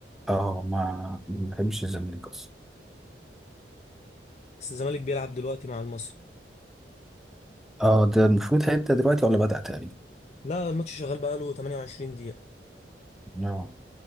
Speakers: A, in the centre; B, on the left.
A: آه، ما ما بحبش الزمالك أصلا
B: بس الزمالك بيلعب دلوقتي مع المصري
A: اه ده المفروض هيبدأ دلوقتي ولا بدأ تقريبا
B: لا الماتش شغال بقاله 28 دقيقة
A: اه